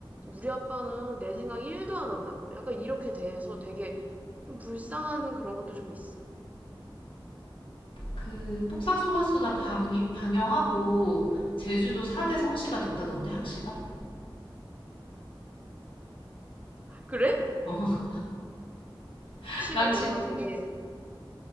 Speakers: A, on the right; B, on the left.
A: 우리 아빠는 내 생각 1도 안 한다고. 약간 이렇게 돼서 되게 좀 불쌍한 그런 것도 좀 있어.
B: 그 폭삭 속았수다 방, 방영하고 제주도 4대 성씨가 됐다던데 학씨가?
A: 그래?
B: 어. <laughs>
A: 학시가
B: 난
A: 거기서
B: 진,
A: 되게